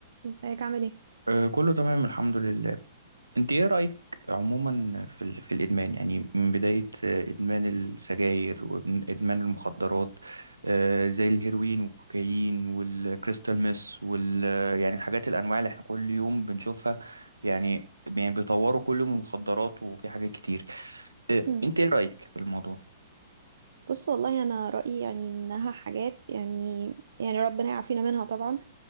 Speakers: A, on the right; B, on the right.
A: ازيك عامل ايه؟
B: آه، كله تمام الحمد لله انت ايه رأيك عموما في ال... في الادمان يعني من بداية آه، ادمان السجاير وادمان المخدرات آه، زي الهيروين والكوكايين والكريستال ميس وال آه، يعني الحاجات الانواع اللي احنا كل يوم بنشوفها يعني يعني بيطوروا كل يوم المخدرات وفي حاجات كتير آه،
A: مم.
B: انت ايه رأيك في الموضوع
A: بص والله انا رايي يعني انها حاجات يعني يعني ربنا يعافينا منها طبعا